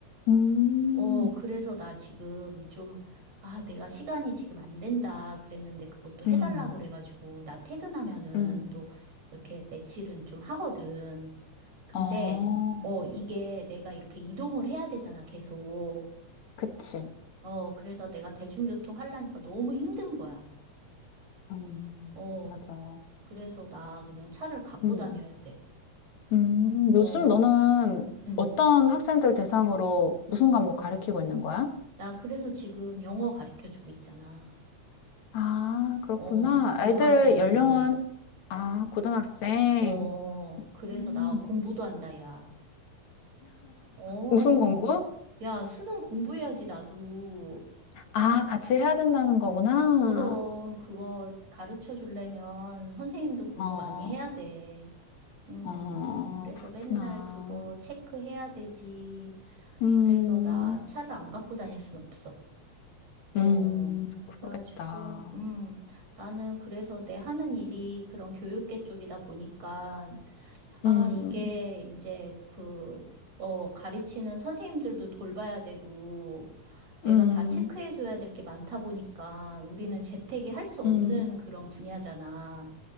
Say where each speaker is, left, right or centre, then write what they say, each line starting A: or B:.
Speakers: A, on the left (about 65°); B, on the right (about 55°).
A: 음,
B: 어, 그래서 나 지금 좀, 아, 내가 시간이 지금 안 된다 그랬는데 그것도 해달라고
A: 음,
B: 그래가지고, 나 퇴근하면은
A: 음,
B: 또 이렇게 며칠은 좀 하거든. 근데,
A: 어,
B: 어, 이게 내가 이렇게 이동을 해야 되잖아, 계속.
A: 그치.
B: 어, 그래서 내가 대중교통 하려니까 너무 힘든 거야.
A: 음,
B: 어,
A: 맞아. 요-
B: 그래서 나 그냥 차를 갖고
A: 음,
B: 다녀야 돼.
A: 음,
B: 어,
A: 요즘 너는
B: 응.
A: 어떤 학생들 대상으로 무슨 과목 가르치고 있는 거야?
B: 나 그래서 지금 영어 가르쳐 주고 있잖아.
A: 아, 그렇구나.
B: 어, 고등학생
A: 애들
B: 애들.
A: 연령은, 아, 고등학생.
B: 어, 그래서
A: 음,
B: 나 공부도 한다, 야. 어,
A: 무슨 공부?
B: 야, 수능 공부해야지, 나도.
A: 아, 같이 해야 된다는 거구나.
B: 그럼 그거 가르쳐 주려면 선생님도 공부
A: 어,
B: 많이 해야 돼. 음,
A: 어,
B: 그래서 맨날
A: 그렇구나.
B: 그거 체크해야 되지.
A: 음,
B: 그래서 나 차를 안 갖고 다닐 순 없어. 어,
A: 음,
B: 그래가지고,
A: 그러겠다.
B: 음, 나는 그래서 내 하는 일이 그런 교육계 쪽이다 보니까 아,
A: 음,
B: 이게 이제 그, 어, 가르치는 선생님들도 돌봐야 되고, 내가
A: 음,
B: 다 체크해줘야 될 게 많다 보니까 우리는 재택이 할 수 없는
A: 음,
B: 그런 분야잖아.